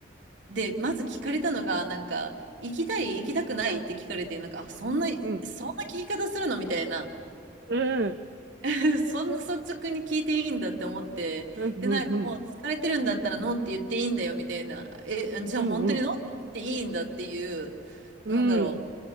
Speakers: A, on the right; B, on the right.
A: で、まず聞かれたのが、なんか、行きたい、行きたくないって聞かれて、なんか、あ、そんな、
B: うん。
A: そんな聞き方するのみたいな、
B: うん。うん。
A: <laughs> そんな率直に聞いていいんだって思って、
B: うんうんうん。
A: で、なんかもう疲れてるんだったらノーって言っていいんだよみたいな、え、じゃあ本当にノーって言っていいんだっていう、
B: うんうん。
A: なんだろ
B: うん。